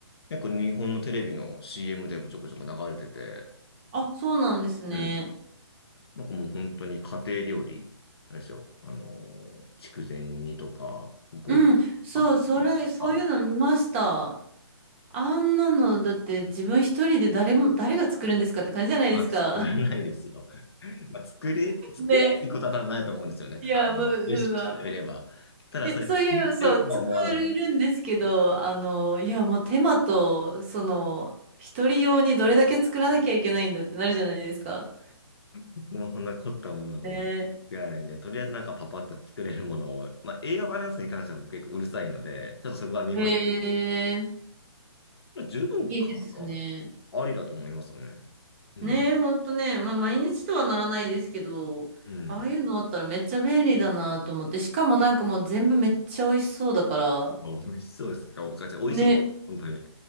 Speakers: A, on the left (about 60°); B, on the right (about 25°).
A: 結構日本のテレビの CM でもちょこちょこ流れてて、
B: あ、そうなんですね。
A: うんなんかもう本当に家庭料理、なんでしょう。あのー、筑前煮とか、ごぼうとか、
B: うん。そう、
A: ひじきとか
B: それ、そういうの見ました。あんなの、だって自分一人で誰も、誰が作るんですかって感じじゃないですか。
A: は作らないですよ。<laughs> まあ、作れ、
B: <laughs>
A: 作れないことは多分ないと思うんですよね。
B: ね。いや、
A: あの、
B: もう、うん、
A: レシピしてみれば。
B: まあ
A: ただ、
B: いや、
A: それ作りたいとは思わない。
B: そういう、そう、作れるんですけど、あの、いや、もう手間と、その、一人用にどれだけ作らなきゃいけないんだってなるじゃないですか。
A: 僕もそんな凝ったものはもう作らないんで、
B: ね。
A: とりあえずなんかパパッと作れるものを、<laughs> まあ、栄養バランスに関しては僕結構うるさいので、ちょっとそこは見ます。
B: へえ、
A: 十分買うの
B: いいですね。
A: ありだと思いますよね。うん。
B: ねえ、ほんとね、まあ、毎日とはならないですけど、
A: うん。
B: ああいうのあったらめっちゃ便利だなと思って、しかもなんかもう全部めっちゃ美味しそうだから、
A: まあ美味しそうですか。お母美味しいです。
B: ね、
A: 本当に。